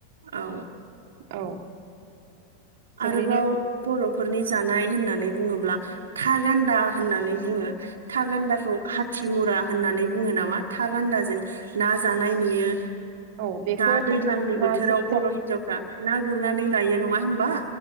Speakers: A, on the right; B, on the right.
A: औ।
B: औ। जोबोरैनो
A: आरोबाव बर' फोरनि जानाय होननानै बुङोब्ला था गान्दा होननानै बुङो। थागान्दाखौ हाथिमुरा होननानै बुङो नामा? थागान्दाजों ना जानाय नुयो।
B: औ बेखौ
A: दा दैज्लांनि बोथोराव
B: नाजों
A: बर'
B: जा
A: हिनजावफ्रा ना गुरनानै लायो न नङा होनबा?